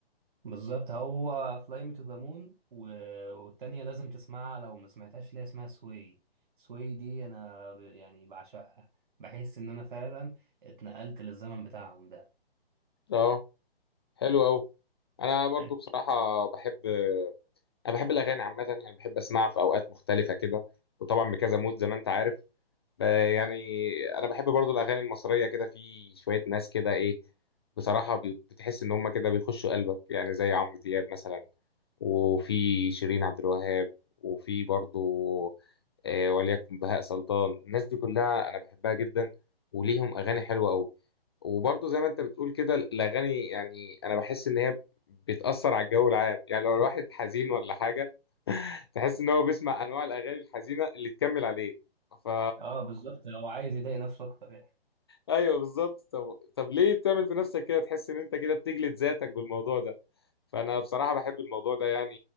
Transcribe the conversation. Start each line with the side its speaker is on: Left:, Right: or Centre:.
Right: بالظبط هو فلاي مي تو ذا مون والتانية لازم تسمعها لو ما سمعتهاش اللي هي اسمها سوي سوي دي أنا ب- يعني بعشقها بحس إن أنا فعلا اتنقلت للزمن بتاعهم ده
Left: اه حلو قوي انا برضو
Right: يعني
Left: بصراحة بحب انا بحب الاغاني عامه يعني بحب اسمعها في اوقات مختلفه كده وطبعا بكذا مود زي ما انت عارف ب- يعني انا بحب برضو الاغاني المصريه كده في شويه ناس كده ايه بصراحه بي- بتحس ان هم كده بيخشوا قلبك يعني زي عمرو دياب مثلا وفي شيرين عبد الوهاب وفي برضو آه، وليكن بهاء سلطان الناس دي كلها انا بحبها جدا وليهم اغاني حلوه قوي وبرضو زي ما انت بتقول كده الاغاني يعني انا بحس ان هي بتأثر على الجو العام يعني لو الواحد حزين ولا حاجة تحس إن هو بيسمع أنواع الأغاني الحزينة اللي تكمل عليه فا
Right: اه بالظبط هو عايز يضايق نفسه أكتر يعني.
Left: أيوه بالظبط طب طب ليه تعمل في نفسك كده تحس إن أنت كده بتجلد ذاتك بالموضوع ده فأنا بصراحة بحب الموضوع ده يعني